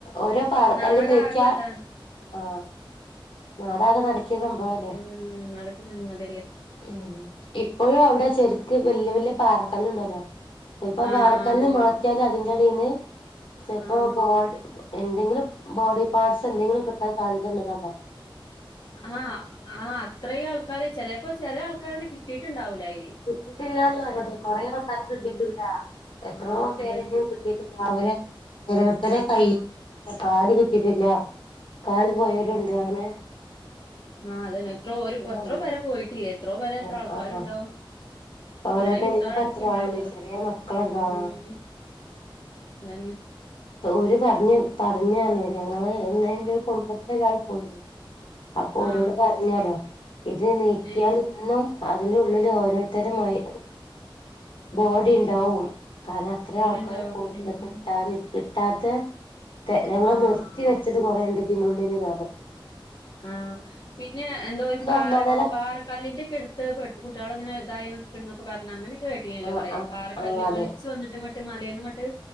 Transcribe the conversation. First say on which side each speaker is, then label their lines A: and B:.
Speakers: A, on the left; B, on the left.
A: ഓരോ പാർക്കല്ലും
B: നാടാകെ
A: നീക്കിയാ
B: അതാണ്
A: ആ നാടാകെ നടക്കിയ സംഭവം
B: ഉം നടക്കുന്നു അതല്ലേ
A: ഉം ഇപ്പോഴും അവിടെ ചെരുക്ക് വല്യ വല്യ പാറക്കല്ല് ഉണ്ടല്ലോ ചിലപ്പോ
B: ആഹ്
A: പാറക്കല്ലന്ന്
B: ആഹ്
A: മാറ്റിയാലും അതിന്റെടിന്ന് ചിലപ്പോ
B: ആഹ്
A: ബോഡി എന്തെങ്കിലും ബോഡി പാർട്സ് എന്തങ്കിലും കിട്ടാൻ സാധ്യതയുണ്ട് ന്നാ
B: ആഹ് ആഹ അത്രയും ആൾക്കാര് ചിലപ്പോ ചെല ആൾക്കാരന്നെ കിട്ടിയിട്ടുണ്ടാവൂല അയിൽ
A: കിട്ടില്ലാന്ന് പറയത് കൊറെേ ആൾക്കാരും കിട്ടിയിട്ടില്ല
B: ഉം
A: എത്രോ
B: ആഹ്
A: പേര്
B: അതന്നെ
A: ഇനിയും കിട്ടില്ല അവരെ ഓാരേരുത്തടെ കയ്യി,
B: ആഹ്
A: കാല് കിട്ടിട്ടില്ല കല് പോയര് ഉണ്ട് അങ്ങനെ
B: ആ അതെ എത്രോ ഒരു
A: എത്രയോ
B: എത്രോ
A: ഉണ്ട്
B: പെര പോയിട്ടില്ലേ എത്രോ പെര എത്ര
A: ആഹ്
B: ആൾക്കാരുണ്ടാവും
A: ആഹ് ഓരോ
B: ചെറിയ
A: പേരിലും
B: കുട്ടികളടക്കിണ്ടാവല്ലോ
A: ഇപ്പോ എത്ര ആളുണ്ട് ചെറിയ മക്കളടക്കം
B: ഉം
A: ആഹ്
B: അതന്നെ
A: ഒരു പറഞ്ഞു പറഞ്ഞഞ്ഞു ഞങ്ങള് എങ്ങനെ എന്റെ ഒരു കുടുംബത്തില ഒരാള് പോയിന് അപ്പൊ
B: ആഹ്
A: ഓരോട് പറഞ്ഞാലോ ഇത് നീക്കിയാൽ
B: ഏഹ്
A: ഇന്നും അതിന്റെ ഉള്ളില് ഓരോ ഓരോരുത്തരെ മയ് ബോഡി ഉണ്ടാവും കാരണം അത്ര
B: കൂടെണ്ടാവും
A: ആൾക്കാര് പോയിട്ടുണ്ട്
B: ഉം
A: കിട്ടാ കിട്ടാത്ത ഞങ്ങൾ
B: ആഹ്
A: നിർത്തി
B: ആഹ്
A: വെച്ചത് കൊറെണ്ട്തിനുള്ളില് <unintelligible>
B: ആഹ പിന്നെ എന്താ പാറ
A: ഒന്നാം നില
B: പാറക്കല്ലിന്റെക്കെടു പെട്ട് കുട്ടികൾ അങ്ങനെതായിന്നൊക്കൊ പറഞ്ഞ് അങ്ങനൊക്കെ കേട്ടിനിയല്ലോ
A: ആ
B: കുറെ
A: ആ
B: പാറകല്ല്
A: ആ അതെ
B: ഒലിച്ചു വന്നട്ട് അങ്ങട്ടുംങ്ങട്ടും മലയന്നുംങ്ങട്ട്